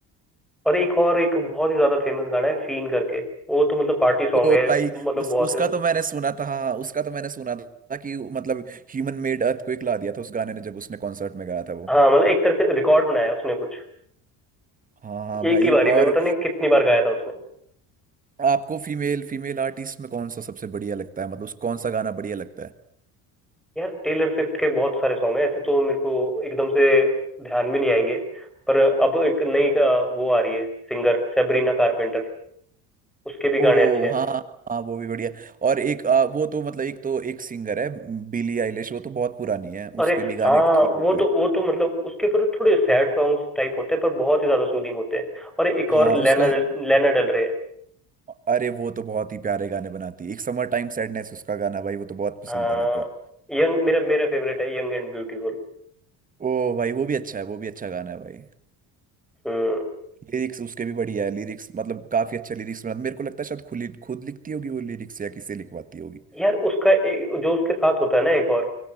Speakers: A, in the centre; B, on the right.
A: और एक और एक बहुत ही ज्यादा फेमस गाना है फीन करके वो तो मतलब पार्टी सॉन्ग
B: ओ
A: है
B: भाई
A: मतलब
B: उस
A: बहुत
B: उसका
A: ही- ज्यादा-
B: तो मैंने सुना था हाँ हाँ, उसका तो मैंने सुना था कि मतलब ह्यूमन मेड अर्थक्वेक ला दिया था उस गाने ने जब उसने कॉन्सर्ट में गाया था वो
A: हाँ मतलब एक तरह से रिकॉर्ड बनाया है उसने कुछ
B: हाँ हाँ भाई
A: एक ही बारी
B: और
A: में पता नहीं कितनी बार गाया था उसने
B: आपको फीमेल फीमेल आर्टिस्ट में कौन सा सबसे बढ़िया लगता है मतलब उस कौन सा गाना बढ़िया लगता है
A: यार टेलर स्विफ्ट के बहुत सारे सॉन्ग हैं ऐसे तो मेरे को एकदम से ध्यान में नहीं आएंगे पर अब एक नई अ, वो आ रही है सिंगर सेबरीना कारपेंटर उसके भी गाने
B: ओ
A: अच्छे हैं
B: हाँ हाँ हाँ, वो भी बढ़िया और एक आ, वो तो मतलब एक तो एक सिंगर है बिली आइलिश वो तो बहुत पुरानी है
A: अरे
B: उसके भी गाने
A: हाँ
B: ठीक होते
A: वो
B: हैं
A: तो वो तो मतलब उसके ऊपर थोड़े सैड सॉन्ग्स टाइप होते हैं पर बहुत ही ज्यादा सूदिंग होते हैं और एक
B: हाँ
A: और
B: उसका
A: लैना लैना डल रहे
B: अरे वो तो बहुत ही प्यारे गाने बनाती है एक समर टाइम सैडनेस उसका गाना भाई वो तो बहुत पसंद
A: हाँ
B: है मेरे को
A: यंग मेरा मेरा फेवरेट है यंग एंड ब्यूटीफुल
B: ओ भाई वो भी अच्छा है वो भी अच्छा गाना है भाई
A: हम्म
B: लिरिक्स उसके भी बढ़िया है लिरिक्स मतलब काफी अच्छे लिरिक्स बनाती मेरे को लगता है शायद खुद खुद लिखती होगी वो लिरिक्स या किसी लिखवाती होगी
A: यार उसका एक, जो उसके साथ होता है ना एक और